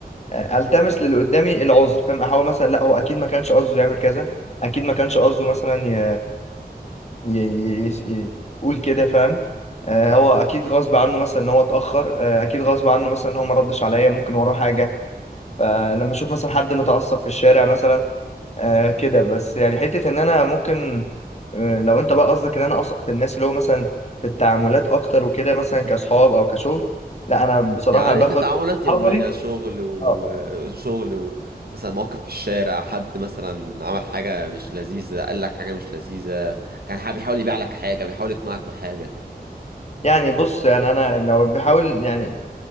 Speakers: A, on the left (about 40°); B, on the right (about 70°).
A: التمس للي قدامي العذر فاهم احاول مثلا لا هو اكيد ما كانش قصده يعمل كذا اكيد ما كانش قصده مثلا ي... ي... ي... ي- يقول كده فاهم آه هو اكيد غصب عنه مثلا ان هو اتاخر آه اكيد غصب عنه مثلا ان هو ما ردش عليا ممكن وراه حاجه فلما اشوف مثلا حد متعصب في الشارع مثلا آه كده بس يعني حته ان انا ممكن آه لو انت بقى قصدك ان انا اثق في الناس اللي هو مثلا في التعاملات اكتر وكده مثلا كاصحاب او كشغل لا انا بصراحه
B: يعني
A: باخد
B: كتعاملات يومية
A: حذري
B: شغل وشغل
A: اه
B: و... مثلا موقف في الشارع حد مثلا عمل حاجة مش لذيذة قال لك حاجة مش لذيذة كان حا- بيحاول يبيع لك حاجة بيحاول يقنعك بحاجة
A: يعني بص يعني انا لو بحاول يعني